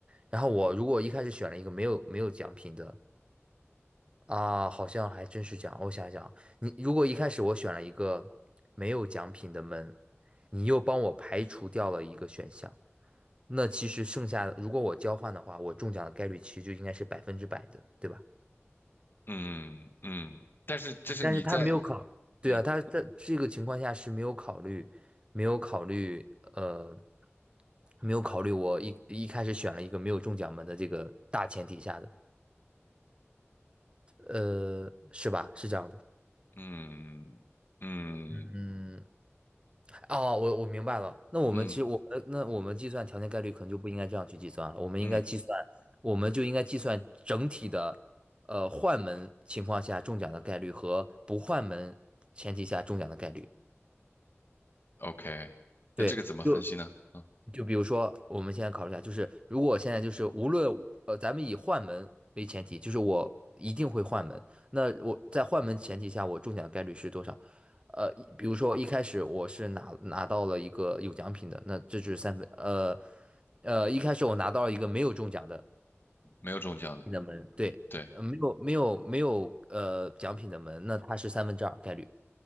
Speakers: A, on the right (about 25°); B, on the left (about 50°).
A: 然后我如果一开始选了一个没有没有奖品的啊，好像还真是奖。我想想，你如果一开始我选了一个没有奖品的门，你又帮我排除掉了一个选项，那其实剩下的如果我交换的话，我中奖的概率其实就应该是百分之百的，对吧？
B: 嗯嗯，但是这是你在
A: 但是他没有考，对啊，
B: 嗯
A: 他在这个情况下是没有考虑，没有考虑，呃，没有考虑我一一开始选了一个没有中奖门的这个大前提下的，呃，是吧？是这样的，
B: 嗯嗯
A: 嗯，哦，我我明白了。那我们其实我们那我们计算条件概率可能就不应该这样去计算了，
B: 嗯
A: 我们应该计算，
B: 嗯
A: 我们就应该计算整体的，呃，换门情况下中奖的概率和不换门前提下中奖的概率。
B: ，OK，
A: 对，
B: 那这个怎么分析呢？
A: 就
B: 啊，
A: 就比如说，我们现在考虑一下，就是如果我现在就是无论呃，咱们以换门为前提，就是我一定会换门。那我在换门前提下，我中奖概率是多少？呃，比如说一开始我是拿拿到了一个有奖品的，那这就是三分。呃呃，一开始我拿到了一个没有中奖的
B: 没有中奖的，
A: 的门，对，
B: 对。
A: 呃没有没有没有呃奖品的门，那它是三分之二概率。